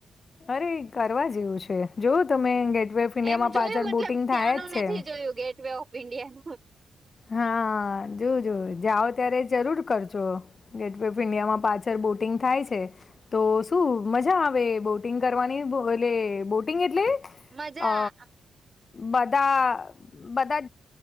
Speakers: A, on the left (about 45°); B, on the right (about 35°).
A: અરે કરવા જેવું છે જો તમે ગેટવે ઓફ ઇન્ડિયામાં
B: એમ જોયું
A: પાછળ
B: મતલબ
A: બોટિંગ
B: ત્યાંનું
A: થાય જ છે
B: નથી
A: એમ.
B: જોયું ગેટ વ ઓફ ઈન્ડિયા ન
A: હા જો જો જાઓ ત્યારે જરૂર કરજો ગેટ વ ઓફ ઇન્ડિયામાં પાછળ બોટિંગ થાય છે. તો શું મજા આવે બોટિંગ કરવાની એટલે બોટિંગ એટલે
B: મજા
A: અ બધા બધા